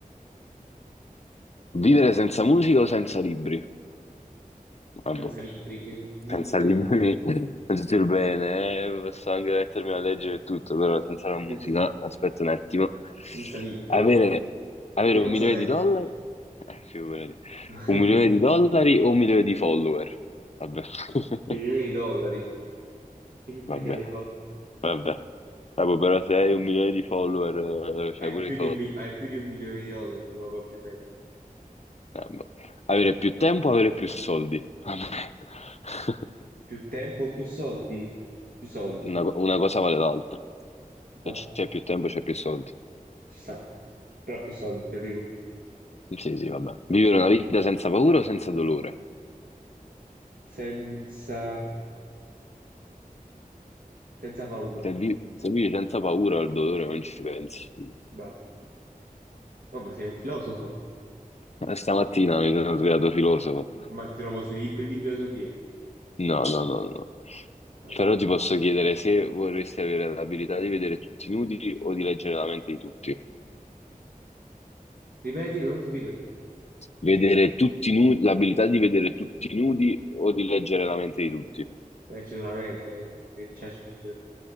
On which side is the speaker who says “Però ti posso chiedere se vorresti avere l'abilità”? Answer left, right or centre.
Left